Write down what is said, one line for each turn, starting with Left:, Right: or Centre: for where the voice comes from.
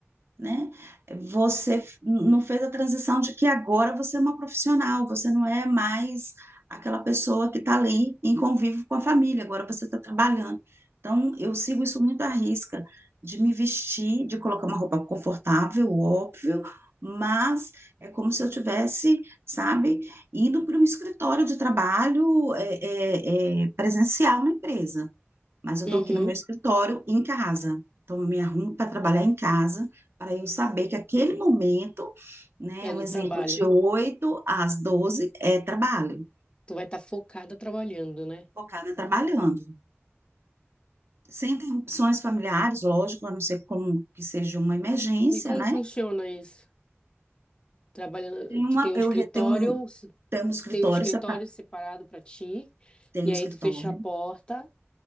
Right: né? Você f- não fez a transição de que agora você é uma profissional, você não é mais aquela pessoa que está ali em convívio com a família, agora você está trabalhando. Então, eu sigo isso muito à risca, de me vestir, de colocar uma roupa confortável, óbvio, mas é como se eu tivesse, sabe, indo para um escritório de trabalho é, é, é, presencial na empresa mas eu
Left: Uhum.
Right: estou aqui no meu escritório em casa. Então, eu me arrumo para trabalhar em casa, para eu saber que aquele momento, né,
Left: É
Right: um
Left: do
Right: exemplo
Left: trabalho.
Right: de 8 às 12 é trabalho,
Left: Tu vai estar focada trabalhando, né?
Right: focada trabalhando. Sem interrupções familiares, lógico, a não ser como que seja uma emergência,
Left: E como
Right: né?
Left: funciona isso? Trabalhando,
Right: Tem uma,
Left: tu tem um
Right: eu
Left: escritório,
Right: re- tenho um,
Left: se-
Right: tenho um escritório,
Left: tu tem um escritório
Right: sepa-
Left: separado para ti,
Right: tenho
Left: e
Right: um
Left: aí
Right: escritório,
Left: tu fecha a porta,